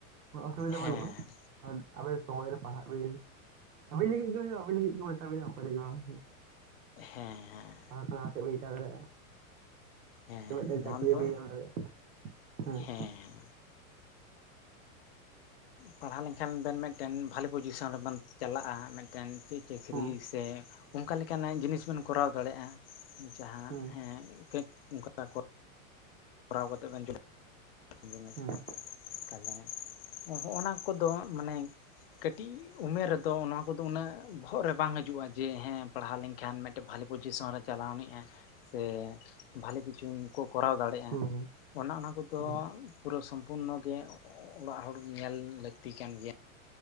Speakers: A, on the right (about 80°); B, on the left (about 45°).
A: ᱚᱥᱩᱵᱤᱫᱟ
B: ᱦᱮᱸ
A: ᱵᱟᱹᱱᱩᱜᱼᱟ᱾ ᱟᱵ ᱟᱵᱤᱱ ᱥᱚᱢᱚᱭ ᱨᱮ ᱯᱟᱲᱦᱟᱜ ᱵᱤᱱ᱾ ᱟᱵᱤᱱ ᱞᱟᱹᱜᱤᱫ ᱜᱮ ᱦᱩᱭᱩᱜ ᱟᱵᱤᱱ ᱞᱟᱹᱜᱤᱫ ᱠᱚ ᱢᱮᱛᱟᱵᱤᱱᱟ ᱚᱠᱚᱭ ᱞᱟᱹᱜᱤᱫ ᱦᱚ ᱵᱟᱝ
B: ᱦᱮᱸᱻᱦᱮᱸ
A: ᱟᱨᱠᱟᱛᱮ ᱢᱴᱮ <unintelligible>
B: ᱦᱮᱸ
A: ᱢᱤᱫ ᱴᱮᱱ
B: ᱱᱚᱣᱟ
A: ᱪᱟᱠᱨᱤ
B: ᱫᱚ
A: ᱵᱟᱹᱧ ᱧᱟᱢ ᱫᱟᱨᱤᱭᱟᱜ ᱠᱟᱱᱟ ᱦᱮᱸᱼᱼ
B: ᱦᱮᱸ ᱯᱟᱲᱦᱟᱣ ᱞᱮᱱᱠᱷᱟᱱ ᱵᱮᱱ ᱢᱤᱫᱴᱮᱱ ᱵᱷᱟᱞᱤ ᱯᱚᱡᱤᱥᱚᱱ ᱨᱮᱵᱮᱱ ᱪᱟᱞᱟᱜᱼᱟ ᱢᱤᱫᱴᱮᱱᱼᱼ ᱪᱮ ᱪᱟᱹᱠᱨᱤ
A: ᱦᱮᱸ
B: ᱥᱮ ᱚᱱᱠᱟ ᱞᱮᱠᱟᱱᱟᱜ ᱡᱤᱱᱤᱥ ᱵᱮᱱ ᱠᱚᱨᱟᱣ ᱫᱟᱲᱮᱭᱟᱜᱼᱟ᱾ ᱡᱟᱦᱟᱸ
A: ᱦᱮᱸ
B: ᱦᱮᱸᱡ ᱟᱹᱡ ᱚᱱᱠᱟ <inaudible> ᱠᱚᱨᱟᱣ ᱠᱟᱛᱮ ᱵᱮᱱ ᱠ ᱡᱤᱱᱤᱥ
A: ᱦᱮᱸ
B: <unintelligible> ᱛᱟᱦᱚᱞᱮ, ᱦᱚᱸᱜ ᱚᱱᱟ ᱠᱚᱫᱚ ᱢᱟᱱᱮ ᱠᱟᱹᱴᱤᱡ ᱩᱢᱮᱨ ᱨᱮᱫᱚ ᱚᱱᱟ ᱠᱩᱫᱚ ᱩᱱᱟᱹᱜ ᱵᱚᱦᱚᱜ ᱨᱮ ᱵᱟᱝ ᱦᱤᱡᱩᱜᱼᱟ, ‌ ᱡᱮ ᱦᱮᱸ ᱯᱟᱲᱦᱟᱣ ᱞᱮᱱᱠᱷᱟᱱ ᱢᱤᱫᱴᱮᱱ ᱵᱷᱟᱞᱮ ᱯᱚᱡᱤᱥᱚᱱ ᱨᱮ ᱪᱟᱞᱟᱣ ᱟᱱᱤᱡᱼᱟ᱾ ᱥᱮ, ᱵᱷᱟᱞᱮ ᱠᱤᱪᱷᱩᱢ ᱠᱚ ᱠᱚᱨᱟᱣ ᱫᱟᱲᱮᱜ
A: ᱦᱮᱸ
B: ᱚᱱᱟ ᱚᱱᱟ ᱠᱚᱫᱚ
A: ᱦᱮᱸ
B: ᱯᱩᱨᱟᱹ ᱥᱳᱱ ᱯᱩᱨᱱᱚ ᱜᱮ ᱚᱲᱟᱜ ᱦᱚᱲ ᱧᱮᱞ ᱞᱟᱹᱠᱛᱤ ᱠᱟᱱ ᱜᱮ